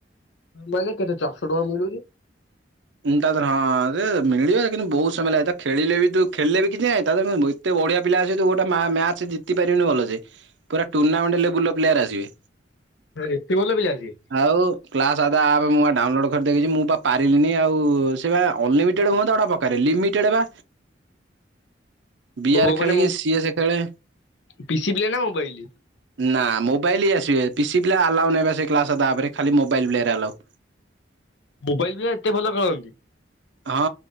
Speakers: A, on the left (about 75°); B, on the right (about 75°).
A: ମାନେ କେତେ ଚାରିଶହ ଟଙ୍କା ମିଳୁଛି।
B: ହ ହୁଁ ତା ଦେହରେ ହଁ ରେ ମିଳିବ କିନ୍ତୁ ବହୁତ ସମୟ ଲାଗେତ ଖେଳିଲେ ବି ତୁ ଖେଳେ ବି କିଛି ନାଇଁ ତା ଦେହରେ କଣ ଏତେ ବଢିଆ ପିଲା ସତୁ ଗୋଟେ ମ୍ୟା ମ୍ୟାଚ ଜିତି ପାରିବନି ଭଲ ସେ। ପୁରା ଟୁଣ୍ଣାମେଣ୍ଟ ଲେବୁଲ ର ପିଲା ଗୁଡ଼ା ଆସିବେ।
A: ଆରେ ଏତେ ଭଲ ପିଲା ଆସିବେ।
B: ଆଉ କ୍ଲାସ ଆବା ଆବେ ମୁଁ ଡାଉନଲୋଡ କରିଦେଇକିଯିବି ମୁଁ ବା ପାରିଲିନି ଆଉ ସେ ବା ଅନଲିମିଟେଡ ହୁଅନ୍ତା ଗୋଟେ ପ ରେ ଲିମିଟେଡ ବା ବି
A: ବୋହୁ
B: ଆର୍ ଖେଳିକି
A: ମାନେ ମୋ
B: ସିଏ ସେ ଖେଳେ
A: ପିସି ପିଲା ନା ମୋବାଇଲ
B: ନା ମୋବାଇଲ ହି ଆସେବେ ପି ସି ପିଲା ଆଲାଉ ନାହିଁ ପା ସେ କ୍ଲାସ ତା ପରେ ଖାଲି ମୋବାଇଲ୍ ପ୍ଲେ ରେ ଆଲାଉ।
A: ମୋବାଇଲ ବି ଏତେ ଭଲ ଖେଳନ୍ତି?
B: ହଁ